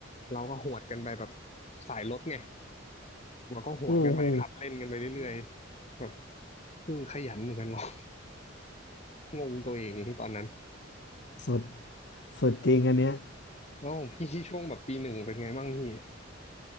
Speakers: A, on the left; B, on the left.
A: เราก็หวดกันไปแบบสายรถไงเราก็หวดกันไปขับเล่นกันไปเรื่อยๆแบบ
B: โอ้โห
A: เออขยันเหมือนกันเนาะงงตัวเองตอนนั้น
B: สุดสุดจริงอันเนี้ย
A: แล้วของพี่ช่วงแบบปีหนึ่งเป็นไงบ้างพี่